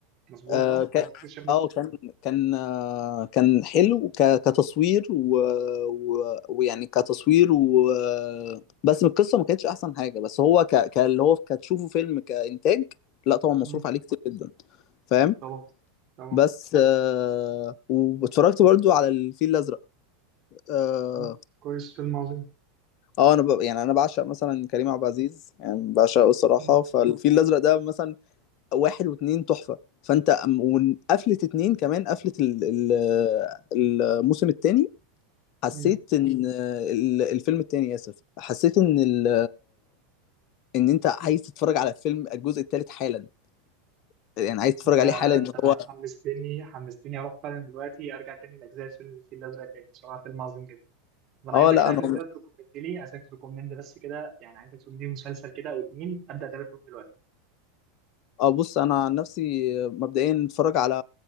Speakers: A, on the right; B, on the left.
A: مظبوط
B: اه
A: اه
B: كان
A: هو فكرة الشيخ بكر
B: اه كان كان آه، كان حلو ك- كتصوير و- و- ويعني كتصوير و بس القصة ما كانتش أحسن حاجة بس هو ك... ك- اللي هو كتشوفه فيلم كإنتاج لا طبعا مصروف
A: امم
B: عليه كتير جدا فاهم
A: طبعا طبعا
B: بس آه واتفرجت برضو على الفيل الأزرق آه
A: مم. كويس فيلم عظيم
B: اه انا ب... يعني انا بعشق مثلا كريم عبد العزيز يعني بعشقه الصراحه
A: مم.
B: فالفيل الازرق ده مثلا واحد واتنين تحفه فانت أم- وقفلة اتنين كمان قفلة ال... ال... الموسم التاني حسيت
A: مم.
B: ان ال- الفيلم التاني اسف حسيت ان ال... ان انت عايز تتفرج على الفيلم الجزء التالت حالا يعني عايز تتفرج
A: آه،
B: عليه حالا
A: انت
B: ان هو
A: حمستني حمستني اروح فعلا دلوقتي ارجع تاني لاجزاء الفيل الفيل الازرق تاني بصراحه فيلم عظيم جدا وانا
B: اه
A: عايزك
B: لا
A: في الاخر
B: انا
A: كده تركومند لي عايزك تركومند بس كده يعني عايزك تقول لي مسلسل كده او اتنين ابدا اتابع فيهم دلوقتي
B: اه بص انا عن نفسي مبدئيا اتفرج على